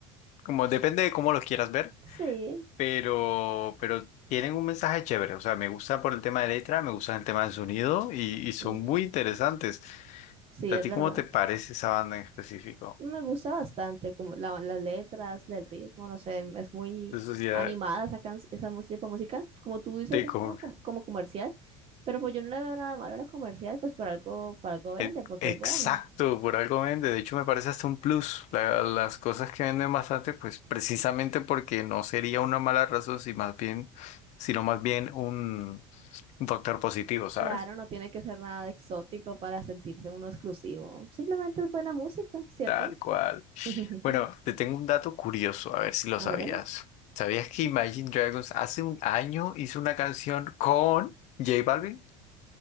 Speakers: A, on the left (about 45°); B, on the right (about 35°).
A: como depende de cómo los quieras ver.
B: Sí,
A: pero, pero tienen un mensaje chévere. O sea, me gusta por el tema de letra, me gusta el tema del sonido y, y son
B: mm,
A: muy interesantes.
B: sí,
A: ¿A
B: es
A: ti
B: verdad.
A: cómo te parece esa banda en específico?
B: Me gusta bastante, como la- las letras, el ritmo, no sé, es muy
A: De Sociedad
B: animada esa, can- esa mus- tipo de música. Como tú dices,
A: de
B: es
A: Con-
B: como, como, como comercial, pero pues yo no le veo nada de malo a lo comercial, pues por algo, por algo vende,
A: e-
B: porque
A: Exacto,
B: es bueno.
A: por algo vende. De hecho, me parece hasta un plus. La- las cosas que venden bastante, pues precisamente porque no sería una mala razón, si más bien, sino más bien un, un factor positivo, ¿sabes?
B: Claro, no tiene que ser nada exótico para sentirse uno exclusivo. Simplemente es buena música, ¿cierto?
A: Tal cual.
B: <laughs>
A: Bueno, te tengo un dato curioso, a ver si lo
B: A
A: sabías.
B: ver,
A: ¿Sabías que Imagine Dragons hace un año hizo una canción con J Balvin?